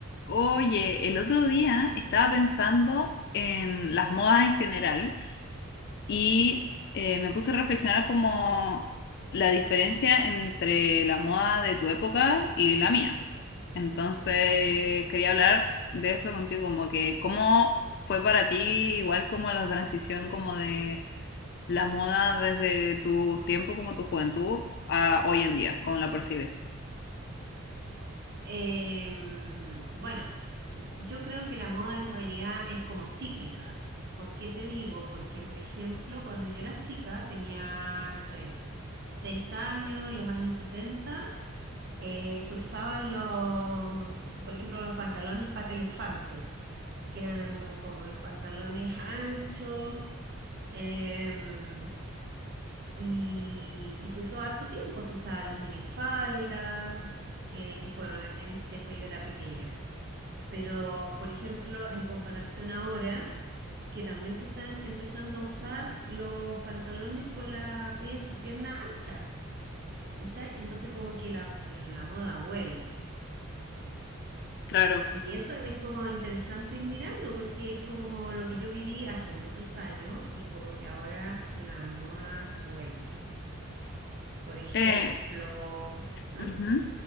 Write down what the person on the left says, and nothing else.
Oye, el otro día estaba pensando en las modas en general y eh, me puse a reflexionar como la diferencia entre la moda de tu época y la mía. Entonces, quería hablar de eso contigo, como que cómo fue para ti, igual como la transición como de la moda desde tu tiempo como tu juventud a hoy en día, cómo la percibes.
Claro.
Eh, ujú.